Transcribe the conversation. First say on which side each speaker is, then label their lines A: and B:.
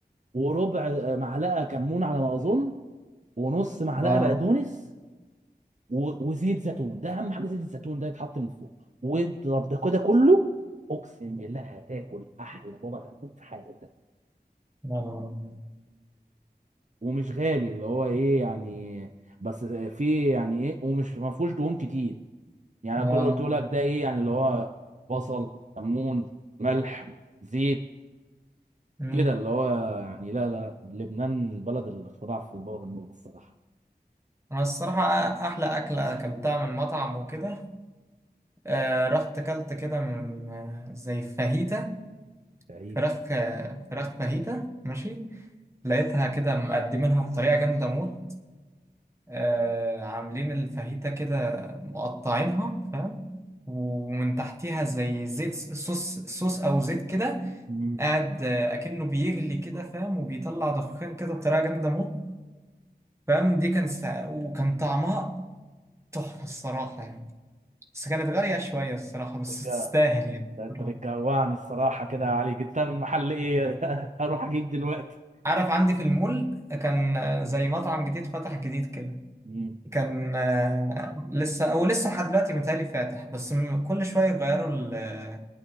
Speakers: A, on the right; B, on the right.
A: وربع آه، معلقه كمون على ما اظن ونص معلقه
B: لا
A: بقدونس و... وزيت زيتون ده اهم حاجه زيت الزيتون ده يتحط من فوق واضرب ده كده كله اقسم بالله هتاكل احلى بابا غنوج في حياتك
B: لا لا لا
A: ومش غالي اللي هو ايه يعني بس في يعني ايه ومش ما فيهوش دهون كتير يعني
B: لا
A: كل اللي قلته لك ده ايه يعني اللي هو بصل كمون ملح زيت
B: مم.
A: كده اللي هو يعني لا لا لا لبنان بلد الاختراع في البوغ الموج الصراحه
B: انا الصراحه احلى اكله اكلتها من مطعم وكده آه رحت اكلت كده من آه، زي فاهيتا
A: بعيد
B: فراخ آه، فراخ فاهيتا ماشي لقيتها كده مقدمينها بطريقه جامده موت آه عاملين الفاهيتا كده مقطعينها فاهم ومن تحتيها زي زيت صوص صوص او زيت كده
A: مم.
B: قاعد آه، اكنه بيغلي كده فاهم وبيطلع دخان كده بطريقه جامده موت فاهم دي كان سا... وكان طعمها تحفة الصراحة يعني بس كانت غالية شوية الصراحة بس
A: بتجوع.
B: تستاهل يعني
A: ده انت
B: الصراحة
A: بتجوعني الصراحه كده يا علي جبتها من محل ايه <laughs> هروح اجيب دلوقتي
B: عارف عندي في المول كان آه، زي مطعم جديد فتح جديد كده
A: مم.
B: كان آه، لسه او لسه لحد دلوقتي متهيألي فاتح بس م- كل شوية يغيروا ال...